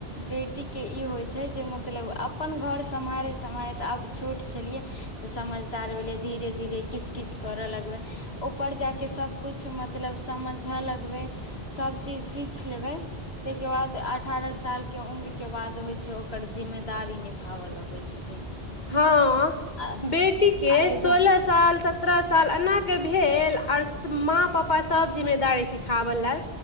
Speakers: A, on the left; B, on the left.
A: बेटी केँ ई होइत छै जें मतलब अपन घर सम्हारैत-सम्हारैत अब छोट छलियै। तऽ समझदार भेलैय धीरे धीरे किछ किछ कर लगबैय ऊपर जा केँ सब कुछ मतलब समझ लग बै सब चीज सीख लेबै तैय केँ बाद अठारह साल केँ उम्र केँ बाद होइ छै ओकर जिम्मेदारी निभाब लगै छथिन।
B: हऽ
A: आ
B: बेटी केँ
A: आ एगो
B: सोलह साल सत्तरह साल अना केँ भेल अस माँ - पप्पा सब जिम्मेदारी सिखाब ले